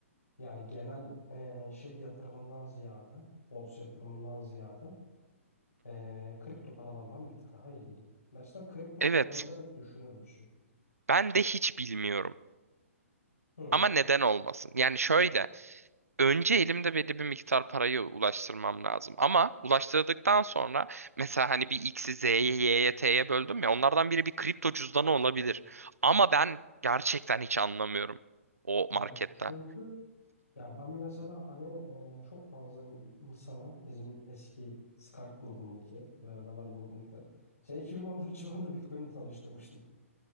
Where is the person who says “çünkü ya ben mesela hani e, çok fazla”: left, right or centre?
Left